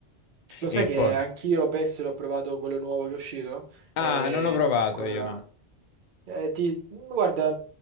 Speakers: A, on the right; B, on the left.
A: Lo sai
B: E
A: che
B: poi...
A: anch'io PES l'ho provato quello nuovo che è uscito?
B: Ah,
A: E
B: non ho provato
A: quello
B: io,
A: là.
B: no.
A: Eh, ti... Guarda,